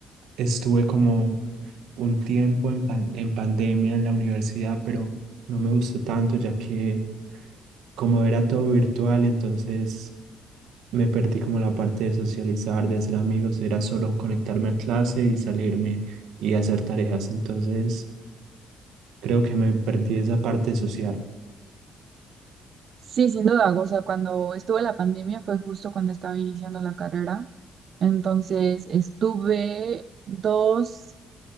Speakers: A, on the right; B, on the right.
A: estuve como un tiempo en, pan- en pandemia en la universidad, pero no me gustó tanto ya que como era todo virtual, entonces me perdí como la parte de socializar, de hacer amigos, era solo conectarme a clase y salirme y hacer tareas, entonces creo que me perdí esa parte social.
B: Sí, sin duda. O sea, cuando estuve la pandemia fue justo cuando estaba iniciando la carrera. Entonces estuve dos,